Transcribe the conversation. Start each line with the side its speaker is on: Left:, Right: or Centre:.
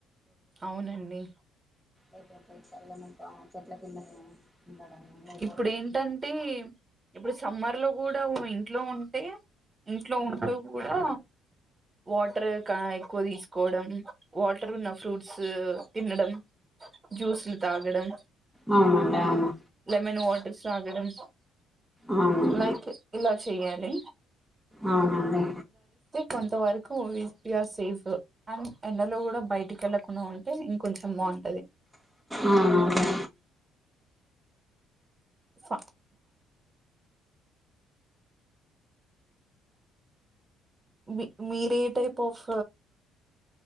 Right: అవునండి
Centre: అ చల్లగింక చెట్ల కిందనే ఉండడము లేకపోతే
Right: ఇప్పుడు ఏంటంటే ఇప్పుడు సమ్మర్ లో కూడా ఇంట్లో ఉంటే ఇంట్లో ఉంటూ కూడా వాటర్ ఎక్కువ తీసుకోవడం వాటర్ ఉన్న ఫ్రూట్స్ తినడం జూస్లు తాగడం
Centre: అవునండి అవును
Right: మన్ వాటర్ తాగడం
Centre: అవునండి
Right: లైక్ ఇలా చేయండి
Centre: అవునండి
Right: కొంత వరకు యూ ఆర్ సేఫ్ అండ్ ఎండలో కూడా బయటికి వెళ్ళకుండా ఉంటే ఇంక కొంచెం బాగు
Centre: అవునండి
Right: ఫ మీ మీరే టైప్ ఆఫ్